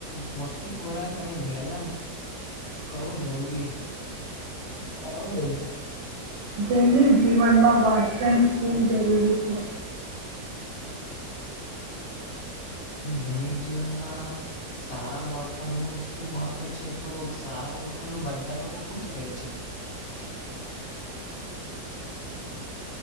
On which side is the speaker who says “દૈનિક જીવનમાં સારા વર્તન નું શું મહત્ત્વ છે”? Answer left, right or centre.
Left